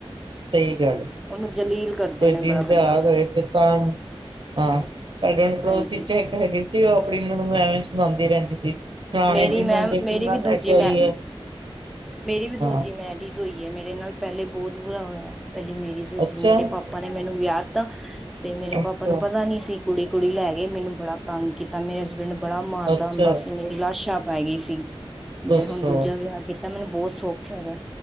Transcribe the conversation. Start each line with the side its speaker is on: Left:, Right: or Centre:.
Right: ਸਈ ਗੱਲ ਐ।
Centre: ਏਨੂੰ ਜਲੀਲ ਕਰਦੇ
Right: ਕ
Centre: ਨੇ
Right: ਦਿਨ
Centre: ਬੜਾ
Right: ਤਿਆਰ
Centre: ਗੰਦਾ
Right: ਏ ਇਕ ਤਾਂ। ਹਾਂ ਸਾਡੇ ਪੜੋਸੀ
Centre: ਹਾਂਜੀ
Right: ਚ ਇੱਕ ਹੈਗੀ ਸੀ। ਤੇ ਉਹ ਆਪਣੀ ਨੂੰਮਾਈਸ਼ ਲਾਂਦੀ ਰਹਿੰਦੀ ਸੀ। ਫਲਾਣੇ
Centre: ਮੇਰੀ
Right: ਦੀ
Centre: ਮੈਂਮ
Right: ਨੂੰਹ ਦੇਖ
Centre: ਮੇਰੀ
Right: ਕਿੰਨਾ
Centre: ਵੀ
Right: ਲੈ
Centre: ਦੂਜੀ
Right: ਕੇ ਆਈ
Centre: ਮੈ,
Right: ਹੈ
Centre: ਮੇਰੀ ਵੀ ਦੂਜੀ
Right: ਹਾਂ
Centre: ਮੈਰਿਜ ਹੋਈ ਏ। ਮੇਰੇ ਨਾਲ ਪਹਿਲੇ ਬਹੁਤ ਬੁਰਾ ਹੋਇਆ। ਪਹਿਲੀ ਮੈਰੀਜ ਜੀ ਜੀ,
Right: ਅੱਛਾ
Centre: ਮੇਰੇ ਪਾਪਾ ਨੇ ਮੈਨੂੰ ਵਿਆਹ ਦਿੱਤਾ, ਤੇ ਮੇਰੇ
Right: ਅੱਛਾ
Centre: ਪਾਪਾ ਨੂੰ ਪਹਿਲਾ ਨੀ ਸੀ। ਕੁੜੀ- ਕੁੜੀ ਲੈ ਗੇ ਮੈਨੂੰ ਬੜਾ ਤੰਗ ਕੀਤਾ ਮੇਰੇ ਹਸਬੈਂਡ ਬੜਾ ਮਾਰਦਾ
Right: ਅੱਛਾ
Centre: ਹੁੰਦਾ ਸੀ। ਮੇਰੀ ਲਾਸ਼ਾਂ ਪੈ ਗਈ ਸੀ।
Right: ਦੱਸੋ
Centre: ਮੈਂ ਹੁਣ ਦੂਜਾ ਵਿਆਹ ਕੀਤਾ। ਮੈਨੂੰ ਬਹੁਤ ਸੌਖੀ ਹੁਣ ਮੈ।